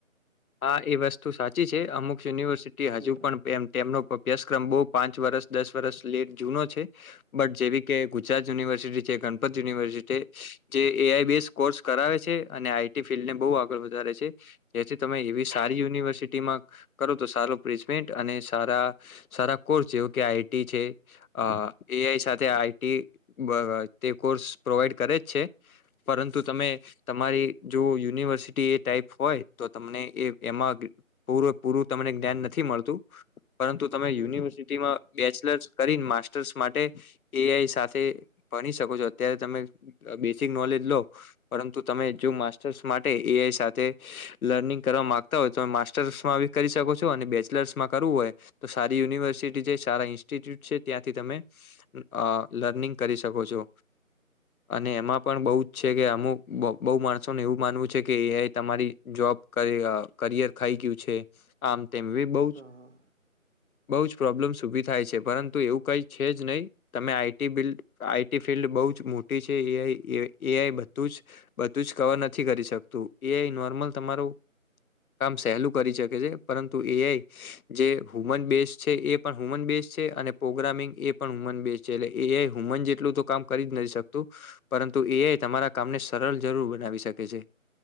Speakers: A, on the left; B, on the right.
A: હા એ વસ્તુ સાચી છે અમુક યુનિવર્સિટી હજુ
B: હમ
A: પણ એમ તેમનો અભ્યાસક્રમ બહુ પાંચ વર્ષ દસ વર્ષ લેટ જૂનો છે. બટ જેવી કે ગુજરાત યુનિવર્સિટી છે ગણપત યુનિવર્સિટી જે એ આઈ બેસ કોર્સ કરાવે છે અને આઈટી ફિલ્ડ ને બહુ આગળ વધારે છે. જેથી તમે એવી સારી યુનિવર્સિટીમાં કરો તો સારો પ્લેસમેન્ટ અને સારા સારા કોર્સ જેવું કે આઈટી છે અ એઆઈ સાથે આઈટી બરાવ તે કોર્સ પ્રોવાઈડ કરે જ છે. પરંતુ તમે તમારી જો યુનિવર્સિ તે ટાઈપ હોય તો તમને એ એમાં ગ પૂરેપૂરું તમને જ્ઞાન નથી મળતું. પરંતુ તમે
B: હમ
A: યુનિવર્સિટીમાં
B: હમ
A: બેચલર્સ કરીન માસ્ટર્સ માટે એઆઈ સાથે ભની શકો છો અત્યારે તમે બેસિક નોલેજ લો પરંતુ તમે જો માસ્ટર્સ માટે એઆઈ સાથે લર્નિંગ કરવા માગતા હોય તમે માસ્ટર્સ માં બી કરી શકો છો અને બેચલર્સ માં કરવું હોય તો સારી યુનિવર્સિટી છે સારા ઇન્સ્ટિટ્યુટ છે ત્યાંથી તમે અ લર્નિંગ કરી શકો છો. અને એમાં પણ બઉ જ છે કે અમુક બહુ બહુ માણસોને એવું માનવું છે કે એઆઈ તમારી જોબ કરીઅ કરિયર ખાઈ ગ્યું છે. આમ તેમ વી બઉ જ
B: હા હા
A: બહુ જ પ્રોબ્લેમસ ઉભી થાય છે પરંતુ એવું કઈ છે જ નહી. તમે આઈટી બિલ્ડ આઈટી ફિલ્ડ બહુ જ મોટી છે એઆઈ એઆઈ બધું જ. બધું જ કવર નથી કરી શકતું એ નોર્મલ તમારું કામ સહેલું કરી શકે છે પરંતુ એઆઈ જે હુમન બેઝ છે એ પણ હુમન બેઝ છે અને પ્રોગ્રામિંગ એ પણ હુમન બેઝ છે એટલે એ હુમન જેટલું તો કામ કરી જ નથી શકતું પરંતુ એ તમારા કામને સરલ જરૂર બનાવી શકે છે.